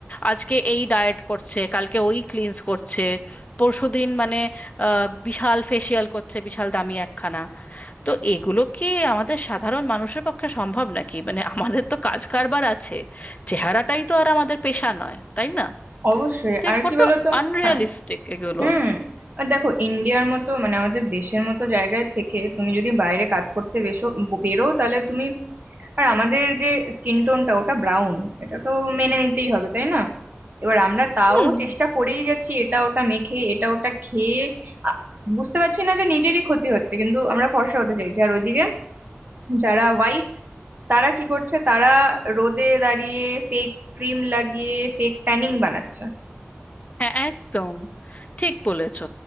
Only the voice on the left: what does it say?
আজকে এই ডায়েট করছে কালকে ওই ক্লিনস করছে পরশুদিন মানে আহ, বিশাল ফেসিয়াল করছে বিশাল দামি একখানা তো এগুলো কি আমাদের সাধারণ মানুষের পক্ষে সম্ভব নাকি মানে আমাদের তো কাজ কারবার আছে চেহারাটাই তো আর আমাদের পেশা নয় তাই না
তো
এক বড্ড
আনরিয়ালিস্টিক
এগুলো
হুম
হ্যাঁ একদম ঠিক বলেছো